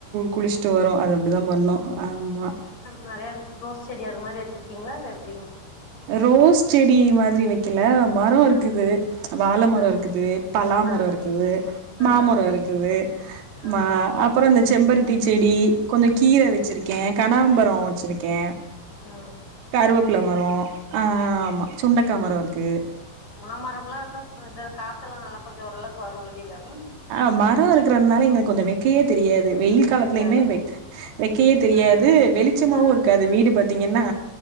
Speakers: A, on the right; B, on the left.
A: குளிச்சிட்டு வரு அது அப்டிதா பண்ணு ஆமா
B: நறையா ரோஸ் செடி அது மாரி வச்சிருக்கீங்ளா இல்ல எப்டிங்க
A: ரோஸ் செடி மாதிரி வை க்கில மரோ இருக்குது
B: ஆ
A: வாழ மரோ
B: ஆ
A: இருக்குது பலா மரோ
B: ஆ
A: இருக்குது
B: ஆ
A: மாமரோ இருக்குது
B: ஆ
A: ம அப்றோ அந்த செம்பருத்தி செடி கொஞ்சோ கீர வச்சிருக் கே கனகாம்பரோ வச்சுருக்கே
B: அ
A: கருவப்ல மரோ ஆமா சுண்டக்கா மரோ இருக்கு
B: மாமரம்ல்லா இருந்தா இது காத்தெல்லா நல்லா கொஞ்சோ ஓரளவுக்கு வரு வெளில ம்
A: அ மரோ இருக்றதுனால எங்களுக்கு கொஞ்சோ வெக்கயே தெரியாது வெயில்
B: வைக்க
A: காலத்துலயுமே
B: தெரியாது
A: வெக் வெக்கயே தெரியாது
B: ஆ
A: வெளிச்சமாவு
B: ஆ
A: இருக்காது வீடு பாத்தீங்கன்னா